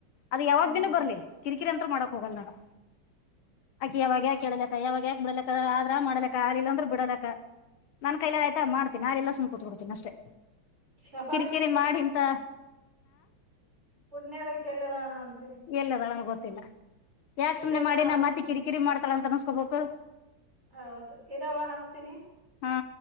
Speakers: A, on the left (about 80°); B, on the right (about 30°).
A: ಅದು ಯಾವಾಗ್
B: ಹ್ಮ್
A: ಬಿನು ಬರ್ಲಿ ಕಿರಿಕಿರಿ ಅಂತ್ರ ಮಾಡಕ್ ಹೋಗಲ್ಲ ನಾನು ಅಕಿ ಯಾವಾಗ್ಯ
B: ಹ್ಮ್
A: ಕೇಳಲಿಕ್ಕ ಯಾವಾಗ ಬಿಡಲಕ್ಕ ಆದ್ರ ಮಾಡಲಕ್ಕ ಆರ್ಲಿಲ್ಲಾಂದ್ರೆ ಬಿಡಲಕ್ಕ ನನ್ ಕೈಯ ಆಯ್ತಾ ಮಾಡ್ತೀನಿ ನಾರೆ ಎಲ್ಲ ಸು ಕೂತ್ ಕೊಡ್ತಿನನ ಅಷ್ಟೇ
B: ಶಬಾಷ್
A: ಕಿರಿಕಿರಿ ಮಾಡಿಂತ
B: ಪುಣ್ಯದಕ್ಕೆಲ್ಲದಾಣ ಅಂತ
A: ಎಲ್ಲದಾಳಣ ಗೊತ್ತಿಲ್ಲ ಯಾಕ್ ಸುಮನೆ
B: ಇರಕ್ಕ
A: ಮಾಡಿ
B: ಹಸ್ತೀನಿ
A: ನಾ್ ಮತ್ತ ಕಿರಿಕಿರಿ ಮಾಡ್ತಾಳ ಅಂತ ಅನ್ಸ್ಕೋಬೇಕು
B: ಹೌದು ಇರವ ಹಸ್ತೀನಿ
A: ಹಾ